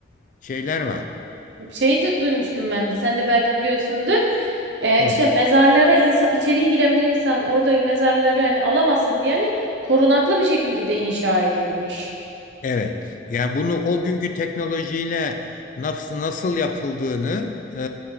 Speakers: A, on the left; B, on the right.
A: şeyler var.
B: Şey de duymuştum ben de. Sen de belki biliyorsundur. Ee,
A: Hı.
B: işte mezarlara insan içeriye giren bir insan orada mezarları hani alamasın diye hani korunaklı bir şekilde de inşa edilmiş.
A: Evet. Yani bunu o günkü teknolojiyle nasıl, nasıl yapıldığını, e,